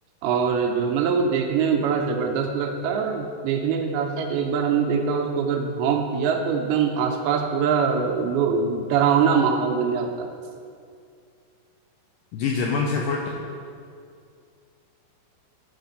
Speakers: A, on the right (about 80°); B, on the left (about 75°).
A: और जो मतलब वो देखने में बड़ा जबरदस्त लगता है और देखने के साथ साथ एक बार हमने देखा उसको अगर भौंक दिया तो एकदम आसपास पूरा लो डरावना माहौल बन जाता है
B: जी जर्मन शेफर्ड